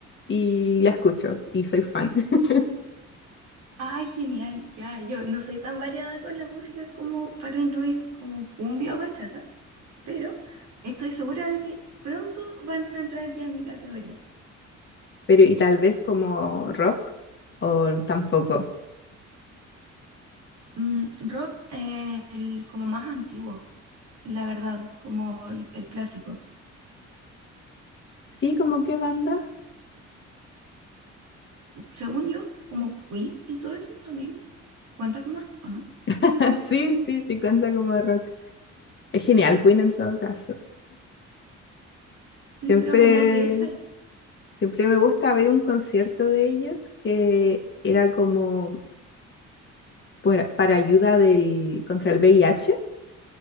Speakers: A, on the left; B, on the right.
A: y la escucho y soy fan. <laughs>
B: Ay, genial, ya, yo no soy tan variada con la música como para incluir como cumbia o bachata, pero estoy segura de que pronto van a entrar ya en mi categoría.
A: Pero y tal vez como rock o tampoco.
B: Mm, rock, eh, el como más antiguo, la verdad, como el, el clásico.
A: Sí, como qué banda.
B: Según yo, como Queen y todo eso también cuenta como rock, ¿o no?
A: <laughs> Sí, sí, sí cuenta como rock. Es genial, Queen en todo caso.
B: Sí,
A: Siempre,
B: pero como de esa.
A: siempre me gusta ver un concierto de ellos que era como por- para ayuda del, contra el VIH